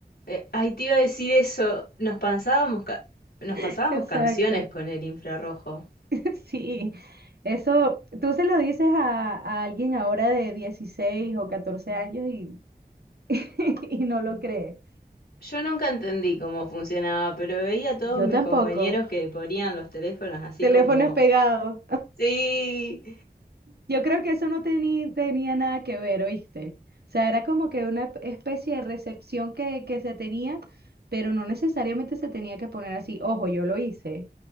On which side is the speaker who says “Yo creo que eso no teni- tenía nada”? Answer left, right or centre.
Right